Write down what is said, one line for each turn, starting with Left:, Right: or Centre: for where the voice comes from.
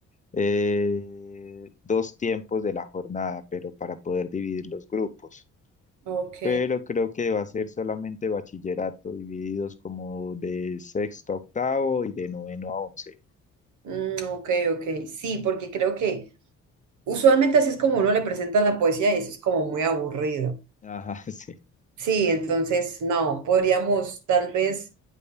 Left: eh, dos tiempos de la jornada, pero para poder dividir los grupos.
Right: Ok,
Left: Pero creo que va a ser solamente bachillerato, divididos como de sexto a octavo y de noveno a once.
Right: mm, ok, ok. Sí, porque creo que usualmente así es como uno le presenta la poesía y eso es como muy aburrido.
Left: Ajá, <laughs> sí.
Right: Sí, entonces no, podríamos tal vez,